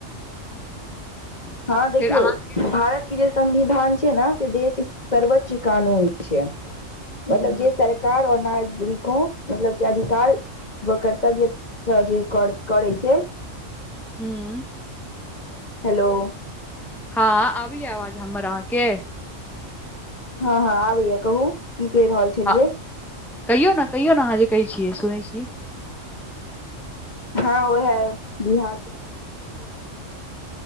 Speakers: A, in the centre; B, on the left (about 35°).
A: हम्म।
B: हँ देखियो
A: फेर अहाँके
B: भारत। इ जे संविधान छै ने, से देश सर्वोच्च कानून छै मतलब
A: हूँ
B: जे। सरकार नागरिको मतलब कि अधिकार। ओ कर्तव्य स जै कर, करै छै।
A: हूँ।
B: हेलो।
A: हँ आबैय आवाज हमर अहाँके।
B: हँ, हँ आबैय कहू की कहि रहल छलियै।
A: आ कहियौ ने कहियौ ने, अहाँ जे कहै छियै सुनै छि।
B: हँ वहै बिहार के बारे में।